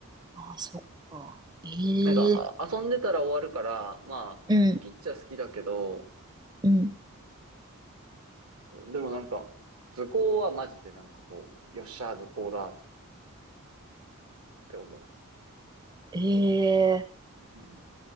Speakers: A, on the right (about 20°); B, on the right (about 75°).
A: あ、そっか。ええ
B: なんか、あ、遊んでたら終わるから、まあ、好きっちゃ好きだけど、
A: うん、うん。
B: でもなんか、図工はマジでなんかこう、よっしゃ、図工だって思
A: ええ
B: う。うん、